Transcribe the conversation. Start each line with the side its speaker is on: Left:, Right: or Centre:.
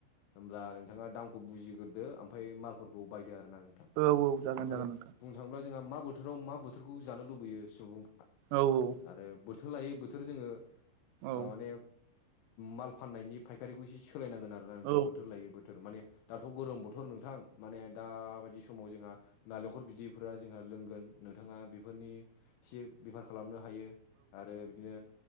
Left: होमब्ला नोंथाङा दामखौ बुजिग्रोदो ओमफ्राय मालफोरखौ बायदो आरो नों थां
Right: जागोन जागोन
Left: ओमफ्राय
Right: नोंथां
Left: बुंनो थाङोब्ला जोंहा मा बोथोराव मा बोथोरखौ जानो लुबैयो सुबुंफ्रा
Right: औ औ
Left: आरो बोथोर लायै बोथोर जोङो
Right: औ
Left: ओव माने माल फान्नायनि फायखारिखौ इसे सोलायनांगोन आरोा नोंथां
Right: औ
Left: बोथोर लायै बोथोर माने दाथ' गोरोम बोथोर नोंथां माने दाबायदि समाव जोंहा नालेंखर बिदैफ जोंहा लोंगोन नोंथाङा बेफोरनि एसे बेफार खालामनो हायो आरो बिदिनो